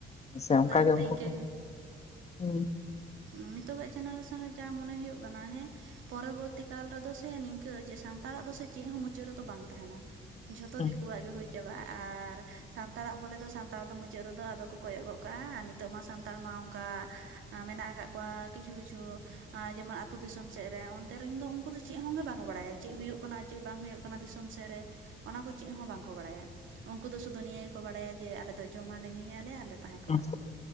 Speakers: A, on the left (about 35°); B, on the right (about 80°).
A: ᱦᱮᱸ ᱥᱮ ᱚᱱᱠᱟ
B: ᱛᱟᱭᱚᱢ
A: ᱜᱮ
B: ᱛᱮ
A: ᱩᱱᱠᱩ
B: ᱤᱱᱠᱟᱹ
A: ᱦᱚᱸ, ᱦᱩᱸ᱾
B: ᱩᱢ ᱱᱤᱛᱚᱜᱟᱜ ᱡᱮᱱᱟᱨᱮᱥᱚᱱ ᱨᱮ ᱡᱟ ᱢᱚᱱᱮ ᱦᱩᱭᱩᱜ ᱠᱟᱱᱟ ᱦᱮᱸ ᱯᱚᱨᱚᱵᱚᱨᱛᱤ ᱠᱟᱞ ᱨᱮᱫᱚ ᱥᱮ ᱱᱤᱝ-ᱼ ᱠᱟᱹ ᱡᱮ ᱥᱟᱱᱛᱟᱲᱟᱜ ᱫᱚ ᱥᱮ ᱪᱮᱜ ᱦᱚᱸ ᱢᱩᱪᱟᱹᱜ ᱨᱮᱫᱚ ᱫᱚ ᱵᱟᱝ ᱛᱟᱦᱮᱱᱟ ᱾ ᱡᱷᱚᱛᱚ
A: ᱦᱩᱸ
B: ᱫᱤᱠᱩᱣᱟᱜ ᱜᱮ ᱦᱩᱭ ᱪᱟᱵᱟᱜᱼᱟ ᱟᱨ ᱥᱟᱱᱛᱟᱲᱟᱜ ᱵᱚᱞᱮ ᱫᱚ ᱥᱟᱱᱛᱟᱲ ᱫᱚ ᱢᱩᱪᱟᱹᱜ ᱨᱮᱫᱚ ᱟᱫᱚ ᱠᱚ ᱠᱚᱭᱚᱜ ᱜᱚᱜ ᱠᱟᱜᱼᱟ ᱟᱨ ᱱᱤ ᱛᱚᱜ ᱢᱟ ᱥᱟᱱᱛᱟᱲ ᱢᱟ ᱚᱝᱠᱟ ᱟ ᱢᱮᱱᱟᱜ ᱟᱠᱟᱜ ᱠᱚᱣᱟ ᱠᱤᱪᱷᱩ ᱠᱤᱪᱷᱩ ᱟᱸ ᱡᱮᱢᱚᱱ ᱟᱛᱩ ᱫᱤᱥᱚᱢ ᱥᱮᱜ ᱨᱮ ᱚᱱᱛᱮ ᱨᱮᱱ ᱫᱚ ᱩᱱᱠᱩ ᱫᱚ ᱪᱮᱜ ᱦᱚᱸ ᱜᱮ ᱵᱟᱠᱚ ᱵᱟᱲᱟᱭᱟ ᱪᱮᱜ ᱦᱩᱭᱩᱜ ᱠᱟᱱᱟ ᱪᱮᱜ ᱵᱟᱝ ᱦᱩᱭᱩᱜ ᱠᱟᱱᱟ ᱫᱤᱥᱚᱢ ᱥᱮᱜ ᱨᱮ? ᱚᱱᱟ ᱠᱚ ᱪᱮᱜ ᱦᱚᱸ ᱵᱟᱝ ᱠᱚ ᱵᱟᱲᱟᱭᱟ ᱾ ᱩᱱᱠᱩ ᱫᱚ ᱥᱩᱫᱩ ᱱᱤᱭᱟᱹ ᱜᱮ ᱠᱚ ᱵᱟᱲᱟᱭᱟ ᱡᱮ ᱟᱞᱮ ᱫᱚ ᱡᱚᱢᱟ ᱞᱮ ᱧᱩᱭᱟ ᱞᱮ ᱟᱨᱞᱮ ᱛᱟᱦᱮᱸ ᱠᱚᱜᱼᱟ
A: ᱦᱩᱸ